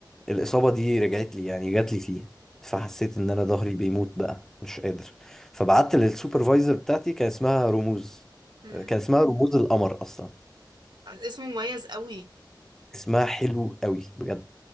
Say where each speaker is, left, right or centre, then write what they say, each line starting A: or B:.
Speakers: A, in the centre; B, on the right.
A: الإصابة دي رجعت لي يعني جات لي فيه فحسيت إن أنا ظهري بيموت بقى مش قادر فبعت للسوبرفايزر بتاعتي كان اسمها رموز
B: مم.
A: كان اسمها رموز القمر أصلا
B: اسمه مميز قوي
A: اسمها حلو قوي بجد